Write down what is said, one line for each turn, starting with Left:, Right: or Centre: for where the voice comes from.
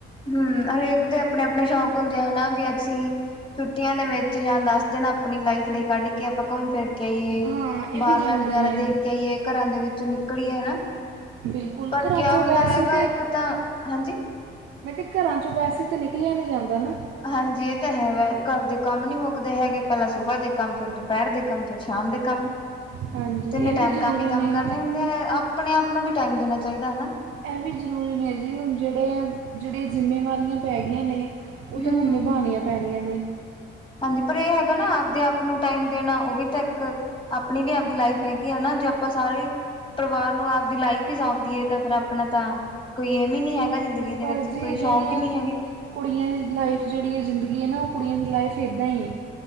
Left: ਹਮ ਹਰੇਕ ਦੇ ਆਪਣੇ ਆਪਣੇ ਸ਼ੌਂਕ ਹੁੰਦੇ ਆ ਹਨਾ ਵੀ ਅਸੀਂ ਛੁੱਟੀਆਂ ਦੇ ਵਿੱਚ ਜਾਂ ਦਸ ਦਿਨ ਆਪਣੀ ਲਾਈਫ ਲਈ ਕੱਢ ਕੇ ਆਪਾਂ ਘੁੰਮ ਫਿਰ ਕੇ ਆਈਏ
Right: ਹਾਂ ਇਹ
Left: ਬਾਹਰਲਾ
Right: ਵੀ ਜ਼ਰੂਰੀ
Left: ਨਜ਼ਾਰਾ
Right: ਨੇ
Left: ਦੇਖ ਕੇ ਆਈਏ, ਘਰਾਂ ਦੇ ਵਿੱਚੋ ਨਿਕਲੀਏ ਹਨਾ।
Right: ਬਿਲਕੁਲ
Left: ਪਰ
Right: ਘਰਾਂ
Left: ਕਿਆ
Right: 'ਚੋਂ
Left: ਹੁੰਦਾ
Right: ਵੈਸੇ
Left: ਹੈਗਾ, ਇੱਕ ਤਾਂ ਹਾਂਜੀ
Right: ਮੈਂ ਕਿਹਾ ਘਰਾਂ ਚੋਂ ਵੈਸੇ ਤਾਂ ਨਿਕਲਿਆ ਨਹੀਂ ਜਾਂਦਾ ਨਾ।
Left: ਹਾਂਜੀ ਇਹ ਤਾਂ ਹੈ ਵ ਘਰ ਦੇ ਕੰਮ ਨੀ ਮੁੱਕਦੇ ਹੈਗੇ, ਪਹਿਲਾਂ ਸੁਬਾਹ ਦੇ ਕੰਮ, ਫਿਰ ਦੁਪਹਿਰ ਦੇ ਕੰਮ, ਫਿਰ ਸ਼ਾਮ ਦੇ ਕੰਮ। <unintelligible>
Right: ਹਾਂਜੀ,
Left: ਤਿੰਨੇ
Right: ਇਹ
Left: ਟਾਈਮ
Right: ਵੀ ਜ਼ਰੂਰੀ
Left: ਕੰਮ ਹੀ ਕੰਮ
Right: ਨੇ।
Left: ਕਰਨੇ ਆਪਣੇ ਆਪ ਨੂੰ ਵੀ ਟਾਈਮ ਦੇਣਾ ਚਾਹੀਦਾ ਹਨਾ।
Right: ਇਹ ਵੀ ਜ਼ਰੂਰੀ ਨੇ ਜੀ, ਹੁਣ ਜਿਹੜੇ ਜਿਹੜੀਆਂ ਜ਼ਿੰਮੇਵਾਰੀਆਂ ਪੈ ਗੀਆਂ ਨੇ। ਉਹ ਤੇ
Left: ਹੂੰ-ਹੂੰ।
Right: ਹੁਣ ਨਿਭਾਣੀਆਂ ਪੈਣੀਆਂ ਨੇ।
Left: ਹਾਂਜੀ ਪਰ ਇਹ ਹੈਗਾ ਨਾ ਆਪਦੇ ਆਪ ਨੂੰ ਟਾਈਮ ਦੇਣਾ, ਉਹ ਵੀ ਤਾਂ ਇੱਕ ਆਪਣੀ ਵੀ ਆਪਦੀ ਲਾਈਫ ਹੈਗੀ ਆ ਨਾ, ਜੇ ਆਪਾਂ ਸਾਰੇ ਪਰਿਵਾਰ ਨੂੰ ਆਪ ਦੀ ਲਾਈਫ ਹੀ ਸੌਂਪਦੀ ਹੈ, ਤਾਂ ਫਿਰ ਆਪਣਾ ਤਾਂ ਕੋਈ ਏਮ ਹੀ ਨੀ ਹੈਗਾ ਜ਼ਿੰਦਗੀ ਦੇ
Right: ਬਸ
Left: ਵਿੱਚ,
Right: ਜੀ
Left: ਕੋਈ ਸ਼ੌਂਕ
Right: ਜਿਹੜੀਆਂ
Left: ਈ ਨੀ ਹੈਗੇ।
Right: ਕੁੜੀਆਂ ਦੀ ਲਾਈਫ ਜਿਹੜੀ ਜ਼ਿੰਦਗੀ ਹੈ ਨਾ, ਉਹ ਕੁੜੀਆਂ ਦੀ ਲਾਈਫ ਇੱਦਾਂ ਹੀ ਏ।